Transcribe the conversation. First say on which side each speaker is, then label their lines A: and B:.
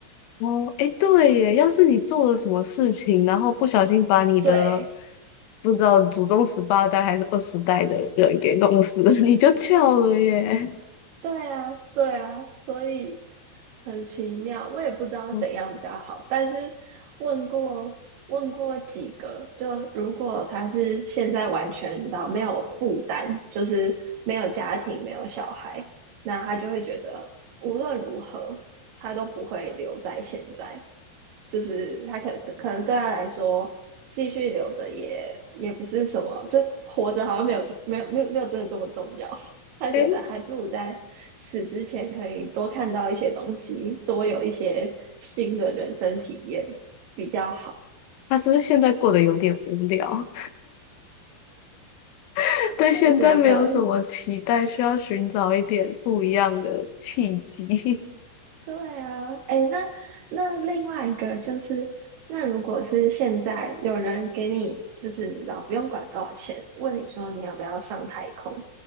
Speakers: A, on the left; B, on the right.
A: 哦，哎，对耶，要是你做了什么事情，然后不小心把你的
B: <laughs> 对，
A: 不知道祖宗十八代还是二十代的人给弄死了，<laughs> 你就翘了耶。
B: 对啊，对啊，所以很奇妙，我也不知道怎样比较好。
A: 哦
B: 但是问过问过几个，就如果他是现在完全你知道没有负担，就是没有家庭、没有小孩，那他就会觉得无论如何他都不会留在现在。就是他可可能对他来说，继续留着也也不是什么，就活着好像没有没有没有没有真的这么重要。<laughs> 他觉得还不如在死之前可以多看到一些东西，
A: 哎，
B: 多有一些新的人生体验比较好。
A: 他是不是现在过得有点无聊？<laughs> 对现在没有什么期待，
B: 我也觉得，
A: 需要寻找一点不一样的契机。
B: 对啊，哎，那那另外一个就是，那如果是现在有人给你就是老不用管多少钱，问你说你要不要上太空，